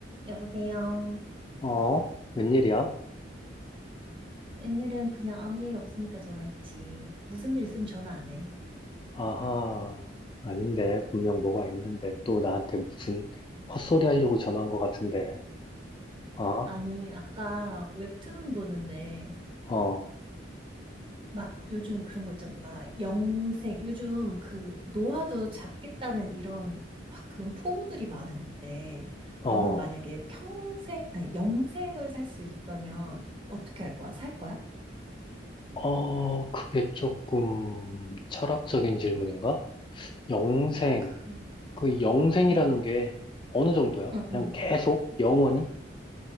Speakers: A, on the right; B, on the left.
A: 여보세요.
B: 어? 웬일이야?
A: 웬일은 그냥 아무 일 없으니까 전화했지. 무슨 일 있으면 전화 안 해.
B: 아하, 아닌데. 분명 뭐가 있는데 또 나한테 무슨 헛소리 하려고 전화한 것 같은데. 어?
A: 아니, 아까 웹툰 보는데,
B: 어,
A: 막 요즘 그런 거 있잖아. 영생, 요즘 그 노화도 잡겠다는 이런 막 그런 포부들이 많은데,
B: 어,
A: 너는 만약에 평생, 아니, 영생을 살 수 있다면 어떻게 할 거야? 살 거야?
B: 어, 그게 조금 철학적인 질문인가? 영생.
A: 그,
B: 그 영생이라는
A: 응,
B: 게 어느 정도야?
A: 응,
B: 그냥
A: 응.
B: 계속? 영원히?